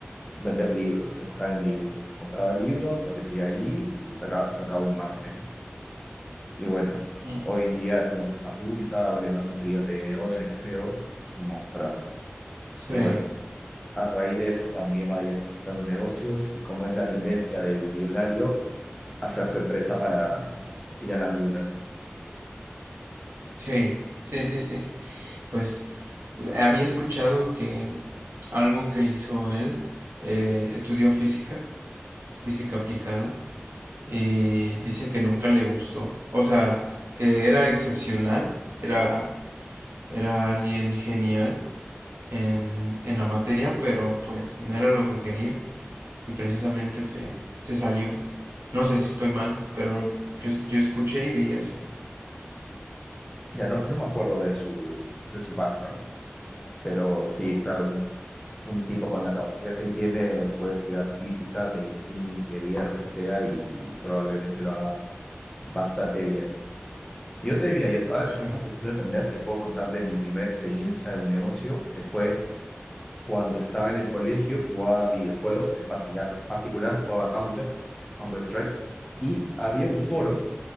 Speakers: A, on the left (about 15°); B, on the right (about 70°).
A: vender libros, se enfocaba en libros. Compraba libros, los vendía ahí y saca- sacaba un margen. Y bueno,
B: y-
A: hoy en día es una empresa pública, vale más de un trillón de dólares, creo. Es un monstruazo.
B: sí,
A: Y bueno, a raíz de eso también va diversificando negocios y como es la tendencia del billonario, hacer su empresa para ir a la luna.
B: sí, sí, sí, sí. Pues había escuchado que algo que hizo él, eh, estudió física, física aplicada y dice que nunca le gustó. O sea, que era excepcional, era, era alguien genial en, en la materia, pero pues no era lo que quería y precisamente se, se salió. No sé si estoy mal, pero yo, yo escuché y vi eso.
A: Ya no, no me acuerdo de su, de su background. Pero sí, claro, un, un tipo con la capacidad que él tiene puede estudiar física, medicina, ingeniería, lo que sea, y probablemente lo haga bastante bien. Y Yo te, mira, yo- ahora
B: Sí,
A: que tú estás pensando en emprender, te puedo contar de mi primera experiencia de un negocio, que fue cuando estaba en el colegio, jugaba videojuegos, en particular, en particular jugaba Counter, Counter-Strike, y había un foro